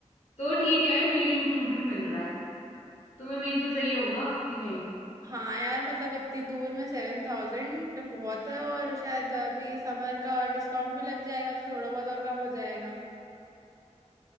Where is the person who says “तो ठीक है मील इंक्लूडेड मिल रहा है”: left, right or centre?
Left